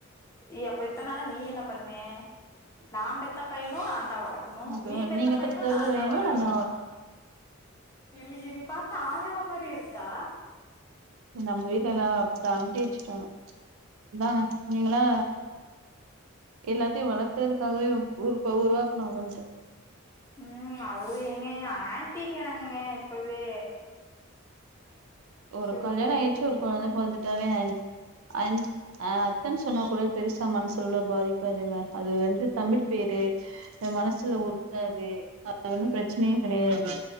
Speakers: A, on the left (about 15°); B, on the right (about 85°).
A: எ அப்ப இத்தன் நாளா நீ என்ன பண்ண நா பெத்த பையனயு நாந்தா வளக்கணு
B: ஓகே.
A: நீ பெத்த
B: நீங்க
A: பையனயு
B: பெத்தது
A: நாந்தா
B: வேணு
A: வளக்கணு
B: நம்ம
A: இல்ல என்னைய பாத்தா ஆயமா மாரி இருக்கா
B: நம்ம வீட்ல எல்லாரு அப்டித்தா அனுப்பி வெச்சுட்டாங்க இந்தாங்க நீங்களே எல்லாத்தையு வளக்கறதுக்காகவே ஊர்போய் உருவாக்கணு அங்க வந்ட்டு
A: ம் அது ஏங்கங்க ஆன்ட்டிங்கிறாங்கங்க இப்பவே
B: ஒரு
A: ஐயோ
B: கல்யாண ஆயிருச்சு
A: முடியல
B: ஒரு கொழந்த பொறந்துட் தது அன் அன் அ அத்தன் சொன்ன கூட பெருசா மனசுல உள்ள பாதிக் க்காதுங்க அது வந்து தமிழ் பேரு எ மனசுலவு இருக்காது அது ஒன்னு பிரச்சனையு கெடையாது